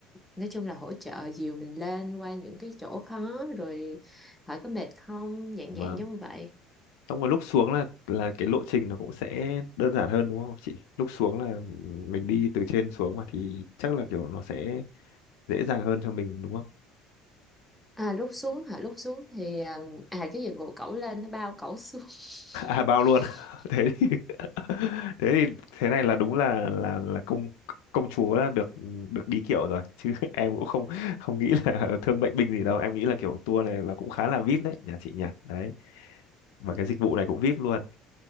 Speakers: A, in the centre; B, on the left.
A: nói chung là hỗ trợ dìu mình lên qua những cái chỗ khó rồi hỏi có mệt không dạng
B: vâng
A: dạng giống vậy
B: trong cái lúc xuống là là cái lộ trình nó cũng sẽ đơn giản hơn đúng không chị lúc xuống là mình đi từ trên xuống mà thì chắc là kiểu nó sẽ dễ dàng hơn cho mình đúng không
A: à lúc xuống hả lúc xuống thì ờ, à cái dịch vụ cẩu lên nó bao cẩu xuống <laughs>
B: à bao luôn <laughs> thế thì <laughs> thế thì thế này là đúng là là là công công chúa là được được đi kiệu rồi chứ <laughs> em cũng không không nghĩ là <laughs> thương bệnh binh gì đâu em nghĩ là kiểu tour này là cũng khá là vip đấy nhà chị nhỉ đấy và cái dịch vụ này cũng vip luôn